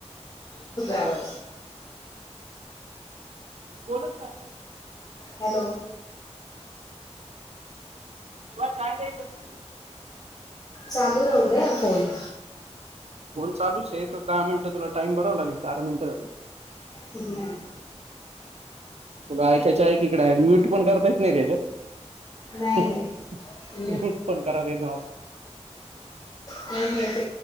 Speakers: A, on the right; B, on the left.
A: येतोय आवाज.
B: आवा?
A: हो का?
B: हॅलो
A: हो <inaudible>
B: चालू राहू दे फोन
A: फोन चालूच आहे तर दहा मिनटं तुला टाइम भरावं लागेल चार मिनटं झालेल.
B: तुना <inaudible>
A: तुला ऐकायच्या ऐकडे म्यूट पण करता येत नाही रे याच्यात
B: नाही नाही
A: म्युट पण करता येईना
B: त नाहीत